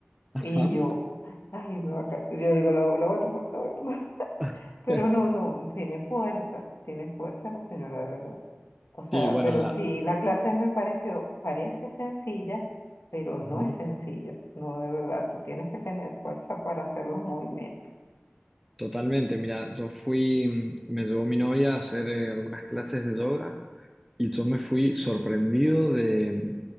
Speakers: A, in the centre; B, on the left.
A: Ajá.
B: Y yo, ay, me va a ca- yo digo, lo, lo voy a tomar, lo voy a tomar. <laughs>
A: <laughs>
B: Pero no, no, tiene fuerza, tiene fuerza la señora, de verdad. O sea,
A: Sí, bueno,
B: pero
A: la...
B: sí, la clase me pareció, parece sencilla, pero no
A: ujú.
B: es sencilla, no, de verdad, tú tienes que tener fuerza para hacer los movimientos.
A: Totalmente, mira, yo fui, mm, me llevó mi novia a hacer eh, algunas clases de yoga y yo me fui sorprendido de,